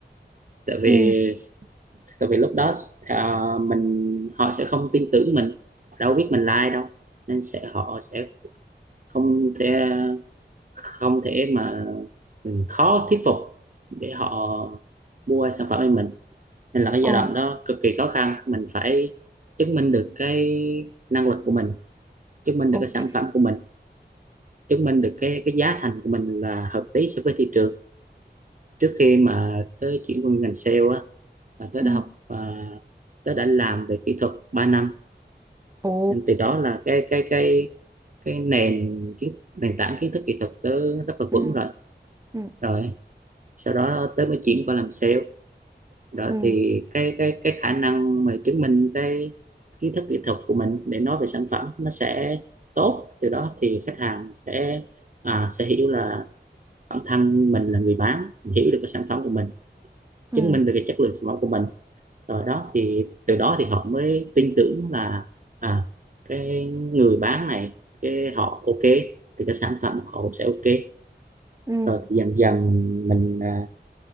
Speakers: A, on the right; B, on the right.
A: tại vì
B: Ừ.
A: tại vì lúc đó à, mình họ sẽ không tin tưởng mình đâu biết mình là ai đâu nên sẽ họ sẽ không thể không thể mà ừ, khó thuyết phục để họ mua sản phẩm của mình nên là cái
B: Ờ,
A: giai đoạn đó cực kỳ khó khăn mình phải chứng minh được cái năng lực của mình chứng minh được
B: ok.
A: cái sản phẩm của mình chứng minh được cái cái giá thành của mình là hợp lý so với thị trường trước khi mà tớ chuyển qua ngành sale á là tớ
B: Ừ.
A: đã học và tớ đã làm về kỹ thuật ba năm
B: Ồ.
A: nên từ đó là cái cái cái cái nền kiến nền tảng kiến thức kỹ thuật tớ rất là
B: Ừ.
A: vững rồi
B: Ừ.
A: rồi sau đó tớ mới chuyển qua làm sale đó
B: Ừ.
A: thì cái cái cái khả năng mà chứng minh cái kiến thức kỹ thuật của mình để nói về sản phẩm nó sẽ tốt từ đó thì khách hàng sẽ à, sẽ hiểu là bản thân mình là người bán hiểu được cái sản phẩm của mình
B: Ừ.
A: chứng minh được cái chất lượng sản phẩm của mình rồi đó thì từ đó thì họ mới tin tưởng là à cái người bán này cái họ ok thì cái sản phẩm của họ cũng sẽ ok
B: Ừ.
A: rồi thì dần dần mình à,